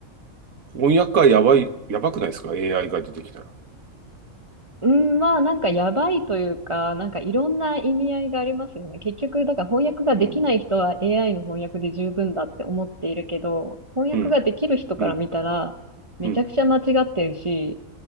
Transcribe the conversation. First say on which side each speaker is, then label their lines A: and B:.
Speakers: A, on the right (about 80°); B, on the right (about 25°).
A: 翻訳家やばい、やばくないですか ?AI が出てきたら。
B: うん、まあなんかやばいというか、なんかいろんな意味合いがありますよね。結局、だから翻訳ができない人は
A: うん、
B: AI の翻訳で十分だって思っているけど、翻訳ができる人から見たら、
A: うん、うん、
B: めちゃくちゃ間違ってるし、
A: うん。